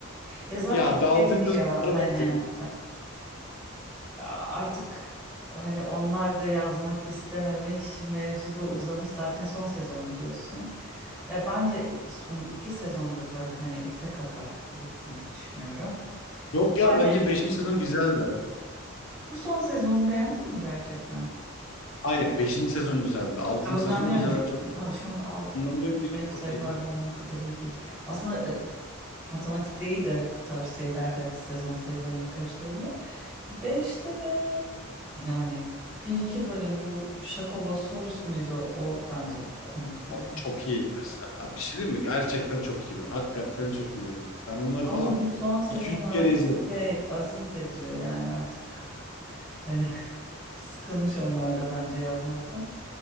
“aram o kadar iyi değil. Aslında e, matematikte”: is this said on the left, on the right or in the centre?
Centre